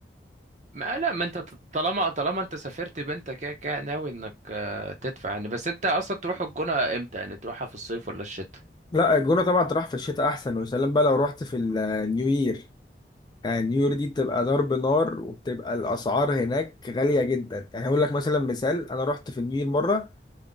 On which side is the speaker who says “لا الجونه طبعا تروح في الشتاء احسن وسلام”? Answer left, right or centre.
Left